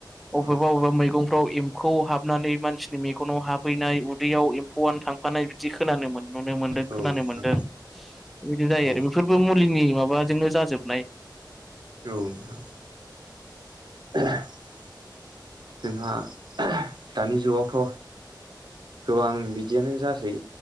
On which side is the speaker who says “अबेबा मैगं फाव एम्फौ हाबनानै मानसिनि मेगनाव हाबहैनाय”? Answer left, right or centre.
Centre